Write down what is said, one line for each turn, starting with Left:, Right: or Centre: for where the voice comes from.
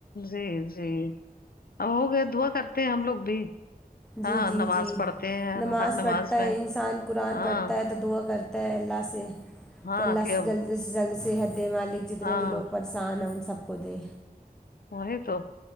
Left: جی جی ہو گیا دعا کرتے ہیں ہم لوگ بھی ہاں
Centre: جی جی
Left: نماز
Centre: جی
Left: پڑھتے ہیں
Centre: نماز
Left: ہر
Centre: پڑھتا
Left: میں
Centre: ہے انسان قرآن
Left: ہاں
Centre: پڑھتا ہے تو دعا کرتا اللہ سے
Left: ہاں
Centre: کہ اللہ سے
Left: اب
Centre: جلد سے جلد صحت دے مالک جتنے
Left: ہاں
Centre: بھی لوگ پڑ انسان ہیں سب کودے
Left: وہی تو